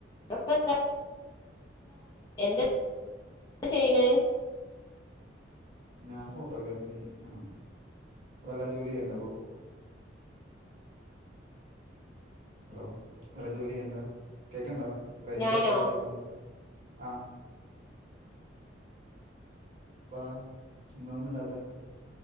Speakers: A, on the left; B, on the right.
A: പ്പ എന്താ എന്ത ചെയ്യണേ
B: ഞാൻ ഫോട്ടോഗ്രാഫി ആഹ് വല്ല ജോലി ചെയ്യണ്ടപ്പോ ഹലോ വല്ല ജോലി ചെയ്യണ്ടോ കേക്കണ്ടോ റേഞ്ച്
A: ഞാനോ
B: കട്ടായി കട്ടായി പോണു ആഹ് പറ എന്താന്നും മിണ്ടാത്തേ